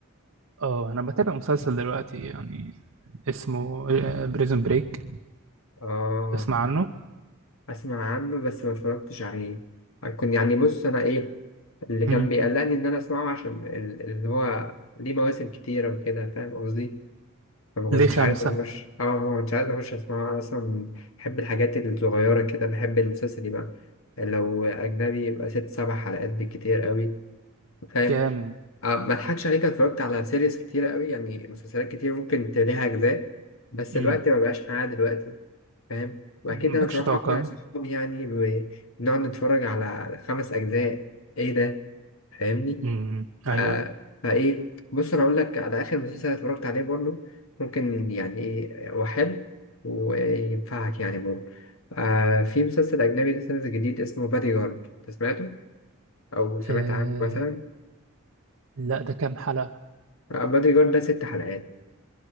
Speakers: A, on the right; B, on the left.
A: اه انا بتابع مسلسل دلوقتي يعني اسمه بريزون بريك
B: اه
A: تسمع عنه
B: اسمع عنه بس ما اتفرجتش عليه هكون يعني بص انا ايه اللي كان
A: امم
B: بيقلقني ان انا اسمعه عشان ال- اللي هو ليه مواسم كتيره وكده فاهم قصدي فما كنتش
A: ليه خمسة
B: عايز اخش اه ما كنتش عايز اخش اسمعه انا اصلا بحب الحاجات الصغيره كده بحب المسلسل يبقى لو اجنبي يبقى ست سبع حلقات بالكتير قوي فاهم
A: جامد
B: آه، ما اضحكش عليك أنا اتفرجت على سيريز كتيرة قوي يعني مسلسلات كتير ممكن تلاقيها أجزاء بس
A: امم
B: الوقت ما بقاش معايا دلوقتي فاهم وأكيد
A: مالكش
B: أنا مش هروح
A: طاقة
B: أقنع صحابي يعني بنقعد نتفرج على خمس أجزاء إيه ده فاهمني
A: امم
B: آه
A: ايوه
B: فإيه بص أنا أقول لك على آخر مسلسل اتفرجت عليه برضه ممكن يعني إيه هو حلو وينفعك يعني برضه آه في مسلسل أجنبي لسه نازل جديد اسمه بادي جارد أنت سمعته أو سمعت
A: آه...
B: عنه مثلا
A: لا ده كام حلقة
B: آه بادي جارد ده ست حلقات